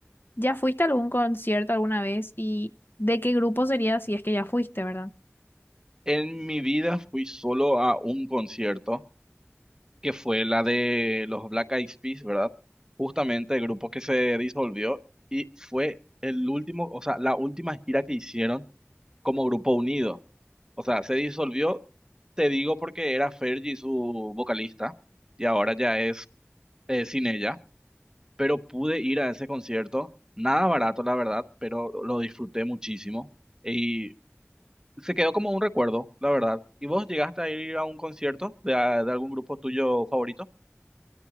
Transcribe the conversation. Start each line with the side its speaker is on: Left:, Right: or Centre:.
Left: ¿Ya fuiste a algún concierto alguna vez y de qué grupo sería si es que ya fuiste, verdad?
Right: En mi vida fui solo a un concierto, que fue la de los Black Eyed Peas, ¿verdad? Justamente el grupo que se disolvió y fue el último, o sea, la última gira que hicieron como grupo unido. O sea, se disolvió Te digo porque era Fergie su vocalista y ahora ya es eh, sin ella, pero pude ir a ese concierto, nada barato la verdad, pero lo disfruté muchísimo y se quedó como un recuerdo, la verdad. ¿Y vos llegaste a ir a un concierto de, a- de algún grupo tuyo favorito?